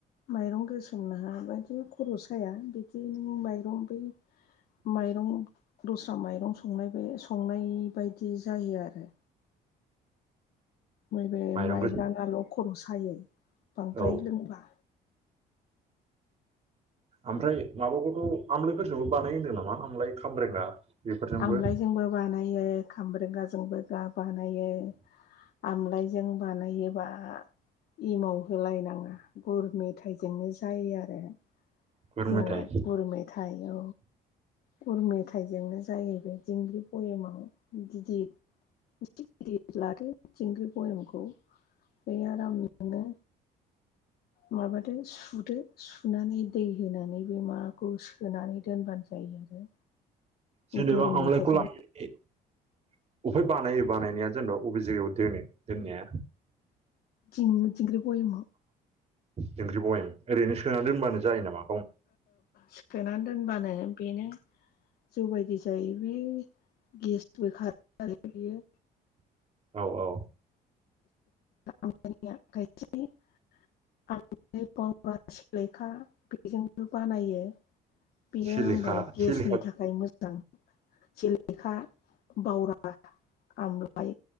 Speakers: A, on the left; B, on the right.
A: माइरं गोसोमना हा बायदि खर' स जाया बिदि नों माइरं बै माइरं दस्रा माइरं संनाय बे संनाय बायदि जायो आरो। मैब
B: माइरं
A: माइब्रा
B: गोसोम
A: नाल' खर' सायो बांद्राय
B: औ
A: लोंब्ला।
B: ओमफ्राय माबाखौथ' आमलायफोरजोंबो बानायो होनदों नामा आमलाय खामब्रेंगा बेफोरजोंबो
A: आमलायजोंबो बानायो खामब्रेंगाजोंबो दा बानायो। आमलायजों बानायोबा एमाव होलायनाङा गुर मेथाइजोंनो जायो आरो।
B: गुर
A: जौवा
B: मेथाइ
A: गुर मेथाइ औ। गुर मेथाइजोंनो जायो बे दिंग्रि बयेमाव गिदिर <unintelligible> बे आराम नोङो माबादो सुदो सुनानै दै होनानै बे माखौ सोनानै दोनबानो जायो आरो।
B: जेनेबा
A: गुर
B: आमलायखौ
A: मेथाइजों
B: लानानै <inaudible> बहाय बानायो बानायनाया जेनबा अबे जायगायाव दोनो दोननाया?
A: थिं थिंग्रिबय'
B: दिंग्रि बहम <unintelligible> ओरैनो सोना दोनबानो जायो नामा?
A: सोनानै दोनबानो बेनो। जौ बायदि जायो बे गेसबो खारो आरो बेयो।
B: औ औ।
A: आंनि आखाइथि <unintelligible> <unintelligible> बेयो
B: सिलिखा
A: ओहबा गेसनि
B: सिलिखा
A: थाखाय मोजां। सिलेखा, बावरा, आमलाय